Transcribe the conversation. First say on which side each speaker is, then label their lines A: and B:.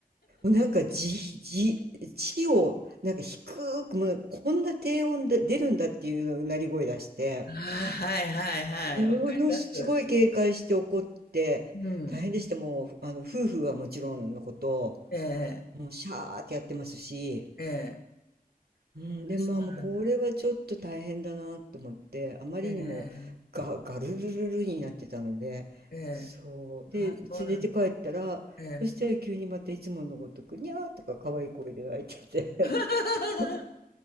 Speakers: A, on the right (about 85°); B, on the left (about 85°).
A: もうなんかじ、じ、地を、なんか低く、もうこんな低音で出るんだっていううなり声出して、
B: ああ、はいはいはい。
A: ものすごい警戒して怒って、
B: わかります。うん。
A: 大変でした。もう、あの、夫婦はもちろんのこと、
B: ええ、
A: もうシャーってやってますし、
B: ええ。ええ
A: うん、で、
B: そうなんだ。
A: まあもうこれはちょっと大変だなと思って、あまりにもガ、
B: ええ、
A: ガルルルルになってたので、
B: ええ。ええ
A: そう。で、
B: ああ、そうなん
A: 連れて帰ったら、
B: ええ。
A: そしたら急にまたいつものごとく、にゃーとか可愛い声で泣いてて。
B: <laughs>
A: <laughs>